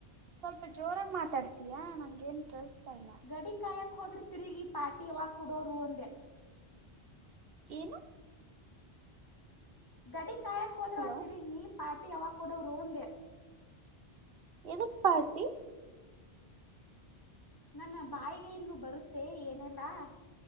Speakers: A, on the right (about 65°); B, on the left (about 20°).
A: ಸ್ವಲ್ಪ ಜೋರ ಮಾತಾಡ್ತಯಾ ನನ್ ಏನ್ ಕೇಳಸ್ತಾ ಇಲ್ಲ
B: ಗಡಿ ಕಾಯಕ್ ಹೋದ್ರ ತಿರುಗಿ ಪಾಟಿವ ಕುಡೋರೂ ಅಂದೆ
A: ಏನು.
B: ಗಡಿ ಕಾಯಕ್ ಹೋದ್ರ
A: ಹಲೋ
B: ಆ ತಿರುಗಿ ಪಾಟಿ ಯಾವಾಗ ಕೊಡೋವ್ರು ಒಂದೇ.
A: ಏದುಕ್ ಪಾರ್ಟಿ.
B: ನನ್ನ ಬಾಯಿಗೆ ಇನ್ನು ಬರುತ್ತೆ ಏನೆಲ್ಲಾ.